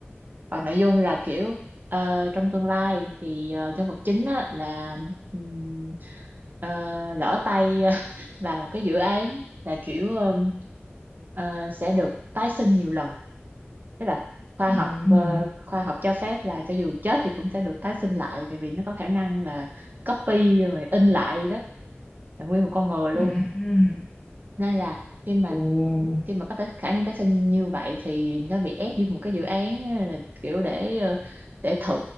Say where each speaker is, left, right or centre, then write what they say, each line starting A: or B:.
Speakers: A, on the right; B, on the left.
A: còn nội dung là kiểu ờ, trong tương lai thì ờ, nhân vật chính á, là ừm, ờ, lỡ tay <laughs> vào một cái dự án là kiểu ừm, ờ, sẽ được tái sinh nhiều lần tức là khoa
B: Ừm,
A: học ờ, khoa học cho phép là cho dù chết thì cũng sẽ được tái sinh lại tại vì nó có khả năng là copy rồi in lại đó là nguyên một con người luôn
B: ừm.
A: nên là khi mà
B: Ồ,
A: khi mà có tới khả năng tái sinh như vậy thì nó bị ép vô một cái dự án á, là kiểu để ờ, để thử